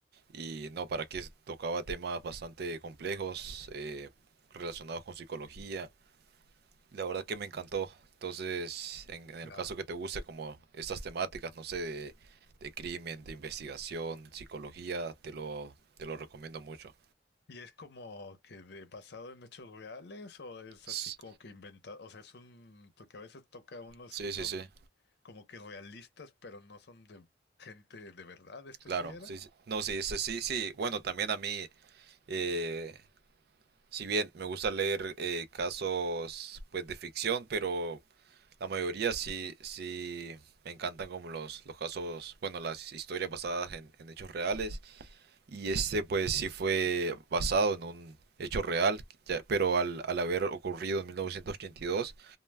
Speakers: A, on the right (about 60°); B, on the left (about 65°).
A: Y no, para que tocaba temas bastante complejos eh, relacionados con psicología, la verdad que me encantó. Entonces, en, en el
B: Ya.
A: caso que te guste como estas temáticas, no sé, de, de crimen, de investigación, psicología, te lo, te lo recomiendo mucho.
B: ¿Y es como que de, basado en hechos reales o es
A: S-
B: así como que inventado? O sea, es un, porque a veces toca unos
A: Sí,
B: que son
A: sí, sí,
B: como que realistas, pero no son de gente de verdad, este
A: claro.
B: sí era.
A: Sí, sí. No, sí, sí, sí, sí. Bueno, también a mí, eh, si bien me gusta leer eh, casos pues de ficción, pero la mayoría sí, sí me encantan como los, los casos, bueno, las historias basadas en, en hechos reales. y este pues sí fue basado en un hecho real, ya- pero al, al haber ocurrido en 1982,